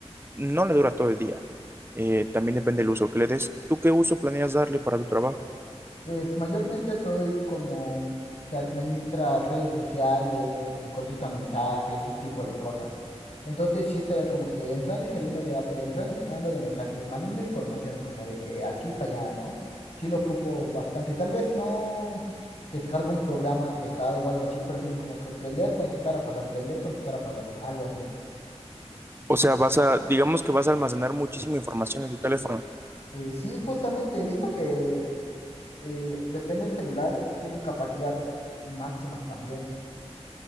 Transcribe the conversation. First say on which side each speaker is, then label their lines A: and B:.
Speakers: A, on the right; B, on the left.
A: no le dura todo el día. Eh, también depende del uso que le des. ¿Tú qué uso planeas darle para tu trabajo?
B: Pues mayormente soy como que administra redes sociales, eh, contesta mensajes, ese tipo de cosas. Entonces sí estaría como que entrando y saliendo de apps, eh, entrando y saliendo de mensajes, mandando información como de que aquí para allá, ¿no? Sí lo ocupo bastante. Tal vez no descargo un programa pesado o algo así, pero sí es como que prender, contestar, apagar, prender, contestar, apagar, algo así.
A: O sea, vas a, digamos que vas a almacenar muchísima información en tu teléfono.
B: Eh, sí, justamente he visto que eh, depende del celular, tienen capacidad máximas también.